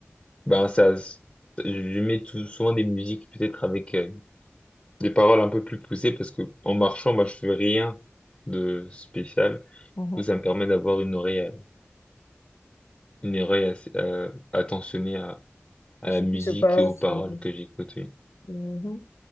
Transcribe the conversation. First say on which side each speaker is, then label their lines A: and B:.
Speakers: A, on the left; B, on the left.
A: Ben, ça, je mets tout, souvent des musiques peut-être avec euh, des paroles un peu plus poussées parce que en marchant, moi, je fais rien de spécial.
B: mhm.
A: Donc, ça me permet d'avoir une oreille, euh, une oreille assez, euh, attentionnée à, à
B: C'est Ce
A: la musique
B: qui se passe.
A: et aux paroles
B: euh,
A: que j'écoute. Oui.
B: mhm.